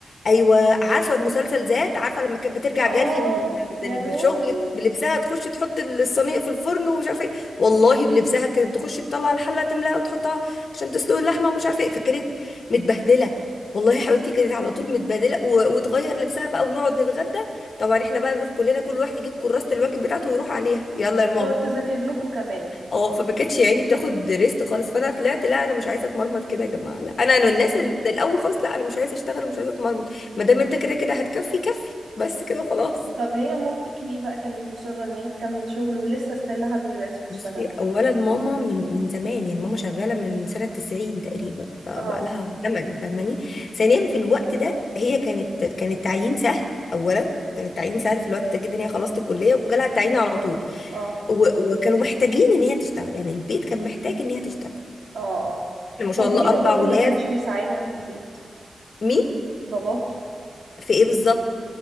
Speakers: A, on the left; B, on the right.
A: ايوه عارفه المسلسل ذات عارفه لما كانت بترجع
B: اه
A: جري من ال-
B: يا روحي
A: من الشغل بلبسها تخش تحط الصينيه في الفرن ومش عارفه ايه والله بلبسها كانت تخش تطلع الحله تملاها وتحطها عشان تسلق اللحمه ومش عارفه ايه فكانت متبهدله والله حبيبتي كانت على طول متبهدله و- وتغير لبسها بقى ونقعد نتغدى طبعا احنا بقى نروح كلنا كل واحد يجيب كراسه الواجب بتاعته ويروح عليها يلا
B: تقعد
A: يا ماما
B: تذاكر لكم كمان
A: اه فما كانتش يعني بتاخد ريست خالص فانا طلعت لا لا انا مش عايزه اتمرمط كده يا جماعه لا انا
B: طب
A: من الناس اللي من الاول خالص لا انا مش عايزه اشتغل مش عايزه اتمرمط ما دام انت كده كده هتكفي كفي بس كده وخلاص
B: طب هي مامتك ليه بقى كانت مصرة ان هي تكمل شغل ولسه ستيل لحد دلوقتي بتشتغل
A: بصي اولا ماما من من زمان يعني ماما شغاله من سنه 90 تقريبا فبقى
B: اه
A: لها زمن فاهماني ثانيا في الوقت ده هي كانت كان التعيين سهل اولا كان التعيين سهل في الوقت ده جدا هي خلصت الكليه وجالها التعيين على طول
B: اه
A: و- وكانوا محتاجين ان هي تشتغل يعني البيت كان محتاج ان هي تشتغل
B: اه اه
A: إحنا ما شاء
B: طب
A: الله
B: ليه
A: اربع
B: باباكي
A: ولاد
B: ما كانش بيساعدها في البيت
A: مين
B: باباكي
A: في ايه بالظبط